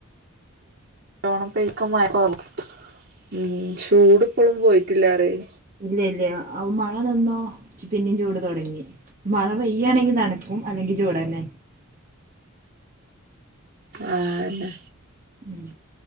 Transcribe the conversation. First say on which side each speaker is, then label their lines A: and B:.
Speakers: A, on the right; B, on the right.
A: <unintelligible> ചൂട്പ്പളും പോയിട്ടില്ല അറിയ്
B: ഇല്ല ഇല്ല അഹ് മഴ നിന്നോ പിന്നിം ചൂട് തോടങ്ങി മഴ പെയ്യ്ണെങ്കി നടക്കും അല്ലെങ്കി ചൂടെന്നെ
A: ആ ന്നെ
B: ഉം